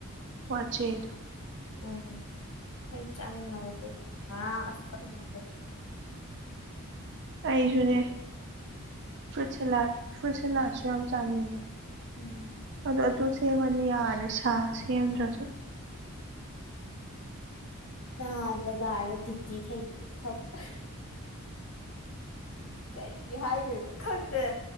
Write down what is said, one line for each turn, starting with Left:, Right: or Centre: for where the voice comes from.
Right: ꯋꯥꯆꯦꯗꯣ
Left: ꯎꯝ ꯑꯩ ꯆꯥꯅꯤꯡꯉꯕꯗꯨꯗꯨ ꯉꯔꯥꯡ ꯑꯁ ꯊꯛꯅꯤꯡꯉꯛꯄꯁꯦ ꯑꯩꯅ
Right: ꯑꯩꯁꯨꯅꯦ ꯐ꯭ꯔꯨꯠ ꯁꯦꯂꯥꯠ ꯐ꯭ꯔꯨꯠ ꯁꯦꯂꯥꯠꯁꯨ ꯌꯥꯝ ꯆꯥꯅꯤꯡꯉꯤ
Left: ꯎꯝ
Right: ꯑꯗꯨ ꯑꯗꯨ ꯁꯦꯝꯃꯗꯤ ꯌꯥꯔꯦ ꯁꯥ ꯁꯦꯝꯗ꯭ꯔꯁꯨ
Left: ꯅꯍꯥꯟ ꯕꯖꯥꯔ ꯗꯤꯞꯇꯤ ꯊꯦꯡꯅꯩꯌꯦ ꯈꯪꯕꯔ ꯀꯔꯤ ꯍꯥꯏꯗꯣꯏꯅꯣ ꯈꯪꯗ꯭ꯔꯦ